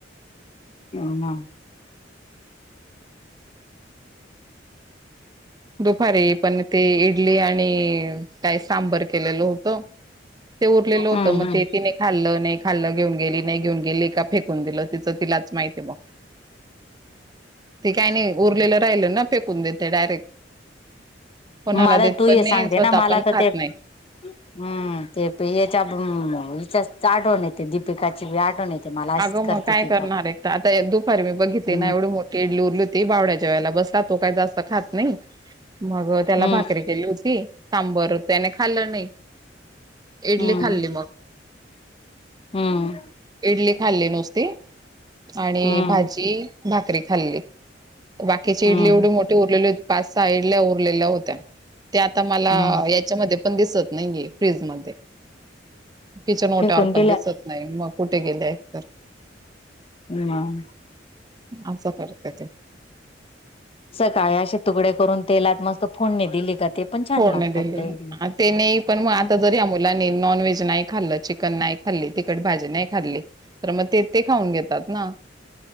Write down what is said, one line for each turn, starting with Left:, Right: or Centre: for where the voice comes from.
Left: हा ना.
Right: दुपारी पण ते इडली आणि काय सांबर केलेलं होत. ते उरलेलं
Left: हम्म.
Right: होतं म
Left: हम्म
Right: ते तिने खाल्लं नाही खाल्लं घेऊन गेली नाही घेऊन गेली का फेकून दिलं तिचं तिलाच माहिती बग. ते काय नाही उरलेलं राहिलं ना फेकून देते डायरेक्ट. कोणाला
Left: मला
Right: देत
Left: तू
Right: पण
Left: हे
Right: नाही
Left: सांगते
Right: स्वतः
Left: ना मला
Right: पण
Left: तर
Right: खात
Left: ते
Right: नाही
Left: हम्म ते प याच्या हच्या आठवण येते दीपिकाची आठवण येते. मला अशीच
Right: अगं
Left: करते
Right: मग काय
Left: ती
Right: करणार
Left: पण
Right: एक तर आता दुपारी मी बघितली
Left: हम्म
Right: ना एवढं मो <unintelligible> उरली होती बावड्याच्या वेळेला बसला तो काही जास्त खात नाही, मग त्याला
Left: हम्म
Right: भाकरी केली होती सांबर त्याने खाल्लं नाही, इडली
Left: हम्म
Right: खाल्ली मग.
Left: हम्म.
Right: इडली खाल्ली नुसती, आणि
Left: हम्म
Right: भाजी भाकरी खाल्ली. बाकीची
Left: हम्म
Right: इडली एवढी मोठी उरलेली होती पाच सहा इडल्या उरलेल्या होत्या. ते आता मला
Left: हम्म
Right: याच्यामध्ये पण दिसत नाहीये फ्रीजमध्ये. किचन ओट्यार
Left: फेकून
Right: पण
Left: दिल्या
Right: दिसत नाही मग कुठे गेले एक तर.
Left: हम्.
Right: असं करत्या ते.
Left: सकाळी असे तुकडे करून तेलात मस्त फोडणी दिली का ते पण छान
Right: फोडणी
Left: लागतात
Right: दिली,
Left: ते इडली.
Right: ते नाही पण मग आता
Left: हम्म
Right: जरी मुलाने नॉनज नाही खाल्लं चिकन नाही खाल्ली तिखट भाजी नाही खाल्ली तर मग ते ते खाऊन घेतात ना,